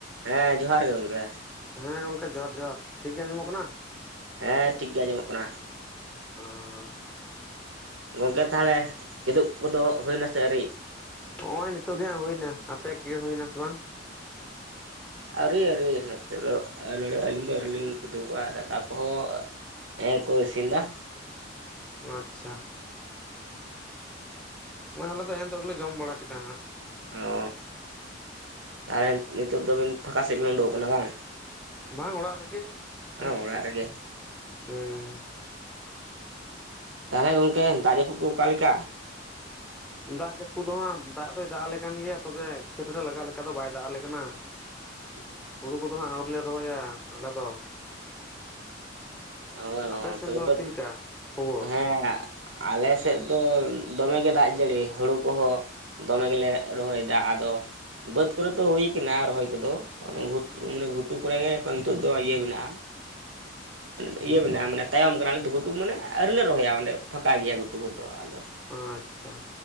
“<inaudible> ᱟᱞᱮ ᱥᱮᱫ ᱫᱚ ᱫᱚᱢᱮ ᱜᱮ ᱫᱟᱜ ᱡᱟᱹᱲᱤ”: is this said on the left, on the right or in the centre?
Right